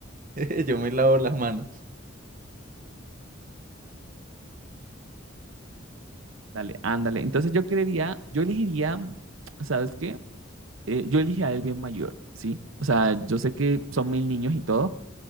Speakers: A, on the right; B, on the right.
A: <laughs> Yo me lavo las manos.
B: Dale, ándale. Entonces yo creería, yo elegiría, ¿sabes qué? Eh, yo elegiría el bien mayor, ¿sí? O sea, yo sé que son mil niños y todo